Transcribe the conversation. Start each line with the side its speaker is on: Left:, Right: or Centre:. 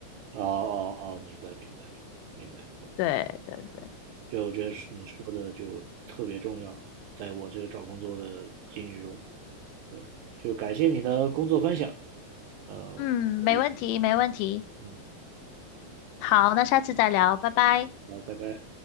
Right: 哦哦哦，明白明白明白明白，
Left: 对对对，
Right: 就我觉得是你说的就特别重要，在我这个找工作的经历中，对，就感谢你的工作分享，呃，我也
Left: 嗯，没问题，没问题。
Right: 嗯，
Left: 好，那下次再聊，拜拜。
Right: 好，拜拜。